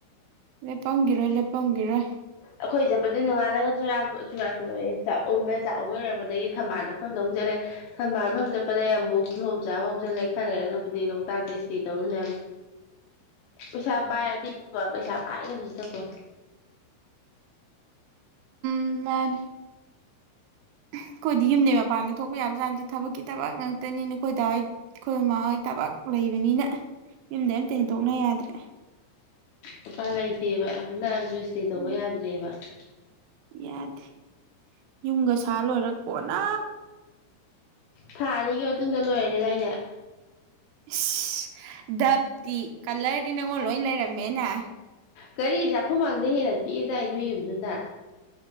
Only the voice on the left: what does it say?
ꯑꯩꯈꯣꯏ ꯆꯠꯄꯗꯤ ꯅꯣꯡꯉꯥꯜꯂꯒ ꯆꯨꯔꯥꯛꯈꯣꯔꯣꯏꯑꯦ ꯆꯥꯛꯝꯃꯦ ꯆꯥꯛꯎꯨꯝ ꯂꯩꯔꯛꯄꯗꯒꯤ ꯊꯝꯕꯥꯜꯗꯐꯝꯗꯧꯖꯠꯂꯦ ꯊꯝꯕꯥꯜꯐꯝ ꯆꯠꯄꯗꯒꯤꯩ ꯑꯃꯨꯛ ꯀꯤꯍꯣꯝ ꯆꯥꯕ ꯍꯧꯁꯤꯜꯂꯦ ꯈꯜ ꯂꯩꯔꯦ ꯑꯗꯨꯕꯨꯗꯤ ꯂꯣꯛꯇꯥꯛꯇ ꯏꯁꯇꯦ ꯇꯧꯔꯟꯅ ꯄꯩꯁꯥ ꯄꯥꯏꯔꯗꯤꯕ ꯄꯩꯁꯥ ꯄꯥꯏꯗꯕꯁꯤꯗꯀꯣ
ꯅꯨꯄꯥ ꯂꯩꯇꯦꯕ ꯅꯛꯑꯁꯨ ꯁ꯭ꯇꯦ ꯇꯧꯕ
ꯌꯥꯗ꯭ꯔꯦꯕ ꯊ
ꯊꯥꯅꯤꯒꯤ ꯃꯇꯨꯡꯗ ꯂꯣꯏꯔꯦ ꯂ ꯉ
ꯒꯥꯔꯤ ꯆꯥꯛꯈꯃꯥꯡꯗ ꯍꯦꯟꯅ ꯄꯤꯛꯑꯦꯗꯥꯏ ꯅꯣꯏ ꯌꯨꯝꯗꯨꯅ